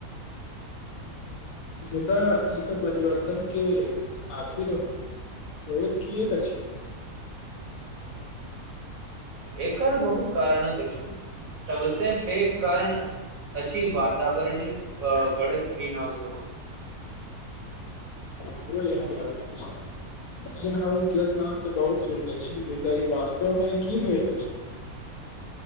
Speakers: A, on the left; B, on the right.
A: मुदा ई तऽ परिवर्तन के आखिर ओ होइ किएक अछि
B: एकर बहुत कारणक अछि सबसँ पैघ कारण अछि वातावरण बढ़ैत अ-ग्रीन हाउस भेल
A: हमरो एना <inaudible> ग्रीन हाउस गेस्ट नाम तऽ बहुत सुनने छी मुदा ई वास्तवमे की होइत अछि।